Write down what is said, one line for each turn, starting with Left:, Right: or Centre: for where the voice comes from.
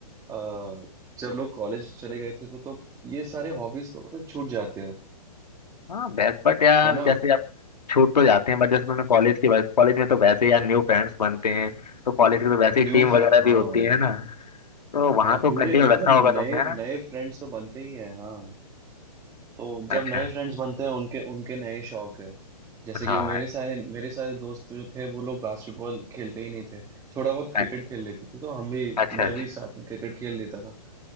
Right: अ, जब लोग कॉलेज चले गए थे तो तो ये सारे हॉबीज तो मतलब छूट जाते हैं
Left: हाँ बेस्ट बट यार
Right: है ना
Left: जैसे आप छूट तो जाते हैं बट जैसे तुमने कॉलेज की बात कॉलेज में तो वैसे यार न्यू फ्रेंड्स बनते हैं तो कॉलेज की तो वैसे ही
Right: न्यू
Left: टीम वगैरह
Right: फ्रेंड
Left: भी
Right: हाँ
Left: होती है ना तो वहां
Right: हाँ
Left: तो
Right: पूरे
Left: कंटिन्यू
Right: मतलब
Left: रखा होगा
Right: नए
Left: तुमने है
Right: नए
Left: ना
Right: फ्रेंड्स तो बनते ही हैं हाँ तो
Left: अच्छा
Right: जब नए फ्रेंड्स बनते हैं उनके उनके नए शौक है जैसे
Left: हाँ
Right: कि मेरे सारे मेरे सारे दोस्त जो थे वो लोग बास्केटबॉल खेलते ही नहीं थे थोड़ा बहुत
Left: अच्छा
Right: क्रिकेट खेल लेते थे तो हम भी
Left: अच्छा
Right: मैं
Left: अच्छा
Right: भी साथ में क्रिकेट खेल लेता था